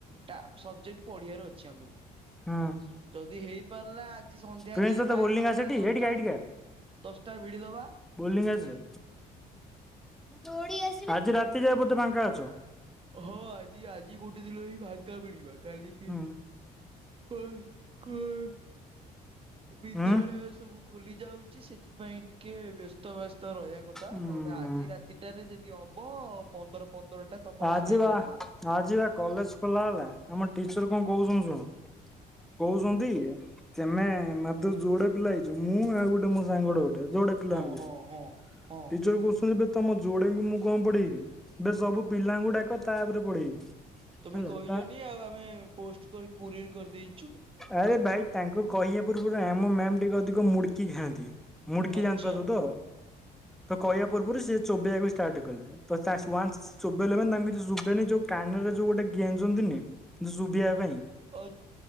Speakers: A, on the right; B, in the centre.
A: ଟ ସବଜେକ୍ଟ ପଢିବାର ଅଛି। ଚମକୁଚି
B: ହୁଁ।
A: ଯଦି ହେଇପାରିଲା ସନ୍ଧ୍ୟା
B: ପ୍ରିନ୍ସ
A: ଯାଏଁ
B: ତୋତେ
A: ଟାଇମ
B: ବୋଲଙ୍ଗ୍
A: ମିଳିଲା
B: ଆସେ ଟି
A: ଦଶଟା
B: ଏଇଠିକି ଆ ଏଇଠି କି ଆ
A: ଦଶଟା ଭିଡିଦବା
B: ବୋଲିଙ୍ଗ୍ ଆସେ। ଦୋଡ଼ିଆସିବା ଆଜି ରାତି ଯାଏ ବୋଧେ ପାାଙ୍କା ଅଛ।
A: ହଁ ଆଜି ଆଜି କୋଟେ ଦିନ ହିଁ ଫାଙ୍କା ମିଳିଲା। କାଲି କି?
B: ହୁଁ
A: <unintelligible> ବିଦ୍ୟାଳୟ
B: ଉଁ
A: ସବୁ ଖୋଲି ଯାଉଛଚି ସେଥିପାଇଁ ଟିକେ ଟିକେ ବ୍ୟସ୍ତ ବ୍ୟସ୍ତ ରହିବା କଥା
B: ଉଁ
A: ନହେଲେ ଆଜି ରାତିଟାରେ ଯଦି ହବ ପନ୍ଦର ପନ୍ଦରଟା ତମର
B: ଆ
A: ସାରିଦବା
B: ଯିବା
A: ଆଉ।
B: ଆ ଯିବା କଲେଜ ଖୋଲା ହେଲା ଆମ ଟି କଣ କହୁଛନ୍ତି ଶୁଣ କହୁଛନ ତମେ ମାତ୍ର ଯୋଡେ ପିଲା ହେଇଛ। ମୁଁ ଆଉ ଗୋଟେ ମୋ ସାଙ୍ଗଟେ ଯୋଡେ ପିଲା
A: ହଁ
B: ଆମେ ଯାଇଛୁ
A: ହଁ ହଁ ହଁ।
B: ଟିଚର କହୁଛନ୍ତି। ତମ ଯୋଡେଙ୍କୁ ମୁଁ କଣ ପଢେଇବି ବେ ସବୁ ପିଲାଙ୍କୁ ଡାକ ତା ଉପରେ ପଢେଇବି।
A: ତମେ
B: ହେଲା
A: କହିଲନି
B: ତ
A: ଆଉ ଆମେ ପୋଷ୍ଟ କରି କୋରିଅର କରିଦେଇଚ
B: ଆରେ ଭାଇ ତାଙ୍କୁ କହିବା ପୂର୍ବରୁ ଆମ ମ୍ୟାମ୍ ଟିକେ ଅଧିକ ମୁଡ଼କି ଖାଆନ୍ତି। ମୁଡିକି
A: ଆଚ୍ଛା
B: ଜାଣିପାରୁଚ ତ ତ କହିବା ପୂର୍ବରୁ ସିଏ ଚୋବେେଇବାକୁ ଷ୍ଟାର୍ଟ କଲେ ତ ୱାନସ୍ ଚୋବେେଇଲେ ମାନ ତାଙ୍କୁ କିଛି ଶୁେଇନି ଯୋଉ କାନରେ ଯୋଉୋ ଗୋଟେ ଗେଞନ୍ତିନି ଯଉ ଶୁଭିବା ପାଇଁ।
A: ଓ